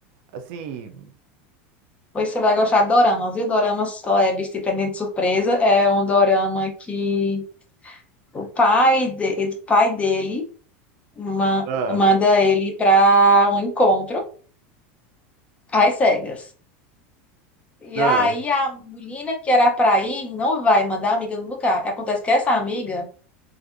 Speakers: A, on the right (about 60°); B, on the left (about 20°).
A: Assim.
B: Pois você vai gostar de doramas. E o doramas leves de Pendente de Surpresa é um dorama que o pai, de... o pai dele ma-
A: Ah,
B: manda ele para um encontro às cegas. E
A: ah,
B: aí a menina que era para ir não vai mandar a amiga no lugar. O que acontece é que essa amiga